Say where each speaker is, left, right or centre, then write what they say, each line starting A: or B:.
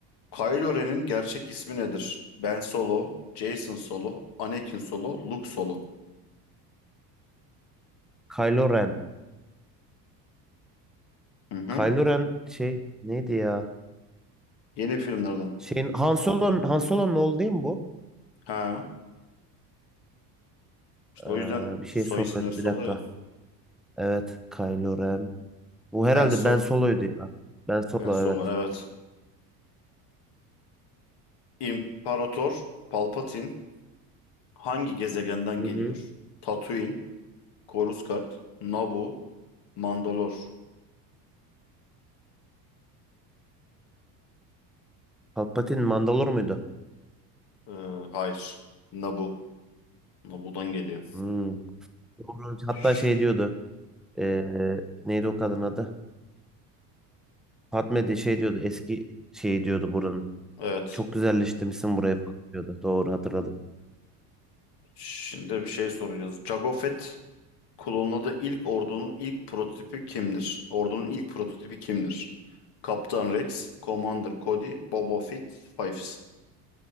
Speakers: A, on the left; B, in the centre.
A: Kylo Ren'in gerçek ismi nedir? Ben Solo, Jason Solo, Anakin Solo, Luke Solo.
B: Kylo Ren.
A: Hı hı.
B: Kylo Ren şey neydi ya?
A: Yeni filmlerden.
B: Şeyin Han Solo'nun Han Solo'nun oğlu değil mi bu?
A: Ha, işte
B: Ee,
A: o yüzden
B: bir şey
A: soy
B: soruyordu
A: isimleri Solo
B: bir dakika.
A: ya.
B: Evet Kylo Ren. Bu herhalde
A: Ben Solo.
B: Ben Solo'ydu ya. Ben Solo
A: Ben Solo
B: evet.
A: evet. İmparator Palpatine hangi gezegenden
B: Hı
A: geliyor?
B: hı.
A: Tatooine, Coruscant, Naboo, Mandalor.
B: Palpatine Mandalor muydu?
A: Ee, hayır. Naboo. Naboo'dan geliyor.
B: Hmm. Doğru. Hatta
A: Şş,
B: şey diyordu. ee, neydi o kadın adı? Fatme de şey diyordu eski şey diyordu buranın.
A: Evet.
B: Çok güzelleştirmişsin burayı falan diyordu. Doğru hatırladım.
A: Şimdi bir şey soracağız. Jango Fett Klonladığı ilk ordunun ilk prototipi kimdir? Ordunun ilk prototipi kimdir? Kaptan Rex, Commander Cody, Boba Fett, Fives.